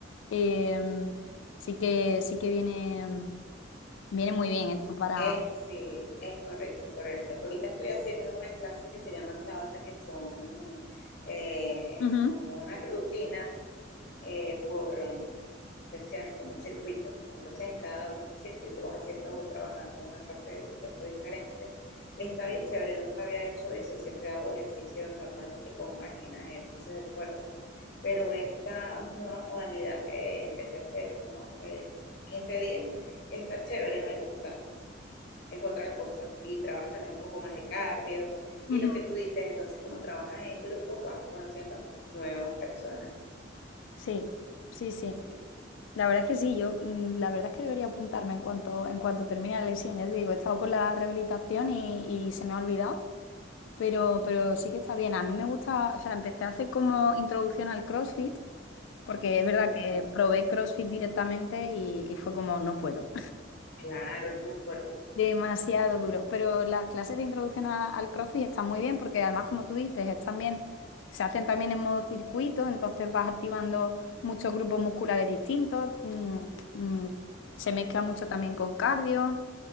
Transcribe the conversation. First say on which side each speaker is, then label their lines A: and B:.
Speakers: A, on the left; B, on the left.
A: Em, Sí que, sí que viene, viene muy bien esto para...
B: Eh, sí, es correcto, es correcto. Ahorita estoy haciendo unas clases que se llaman Tabata, que son eh,
A: Ujú,
B: como unas rutinas eh, por secciones, como un circuito. Entonces, en cada un circuito vas haciendo o trabajando una parte de tu cuerpo diferente. Está bien chévere, nunca había hecho eso, siempre hago ejercicios normalmente con máquinas, ejercicios de fuerza, pero esta nueva modalidad que empecé a hacer como hace 15 días, está chévere, me gusta es otra cosa. Y trabajas también un poco más de cardio.
A: ujú.
B: Y lo que tú dices, entonces como trabajas en grupo vas conociendo nuevas personas.
A: Sí, sí, sí.
B: Sí,
A: La verdad es que sí, yo mm, la verdad es que debería apuntarme en cuanto, en cuanto termine la lesión. Ya te digo, he estado con la rehabilitación y, y se me ha olvidado, pero, pero sí que está bien. A mí me gusta, o sea, empecé a hacer como introducción al CrossFit, porque es verdad
B: porque
A: que probé CrossFit directamente y, y fue como, no puedo.
B: claro, es muy fuerte.
A: Demasiado duro, pero las clases de introducción a- al CrossFit están muy bien porque además, como tú dices, es también, se hacen también en modo circuito, entonces vas activando muchos grupos musculares distintos, mm, mm, se mezcla mucho también con cardio